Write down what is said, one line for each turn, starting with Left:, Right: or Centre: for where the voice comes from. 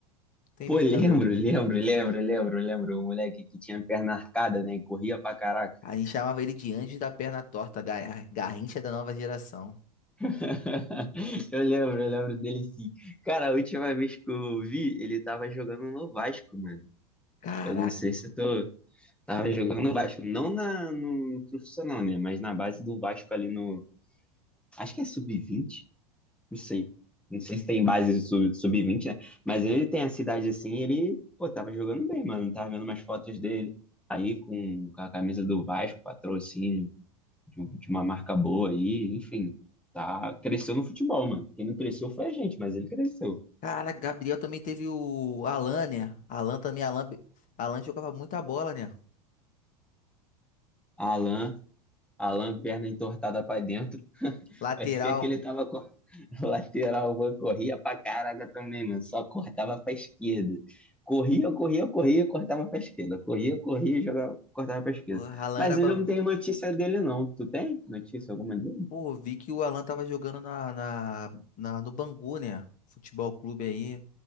Left: Tem
Centre: Pô,
Left: visto
Centre: lembro,
Left: o Gabriel?
Centre: lembro, lembro, lembro, lembro, o moleque que tinha perna arcada, né, e corria pra caraca.
Left: A gente chamava ele de Anjo da Perna Torta, Ga- Garrincha da nova geração.
Centre: <laughs> Eu lembro, eu lembro dele sim. Cara, a última vez que eu vi, ele tava jogando no Vasco, mano.
Left: Caraca,
Centre: Eu não sei se eu tô. tava jogando no Vasco, não na, no, no profissional, né? Mas na base do Vasco ali no. Acho que é sub vinte, não sei. Não sei se tem base sub- sub vinte, né? Mas ele tem a cidade assim, ele, pô, tava jogando bem, mano. Tava vendo umas fotos dele aí com, com a camisa do Vasco, patrocínio de, de uma marca boa aí, enfim. Tá, cresceu no futebol, mano. Quem não cresceu foi a gente, mas ele cresceu.
Left: Cara, Gabriel também teve o Alan, né? Alan também, Alan, Alan jogava muita bola, né?
Centre: Alan, Alan, perna entortada pra dentro.
Left: Lateral.
Centre: Parecia que ele tava com <laughs> lateral, mano, corria pra caraca também, mano. Só cortava pra esquerda. Corria, corria, corria, cortava pra esquerda. Corria, corria, jogava, cortava pra esquerda.
Left: O Alan
Centre: Mas
Left: era bom.
Centre: ele não tem notícia dele, não. Tu tem notícia alguma dele?
Left: Pô, vi que o Alan tava jogando na, na, na- no Bangu, né? Futebol clube aí.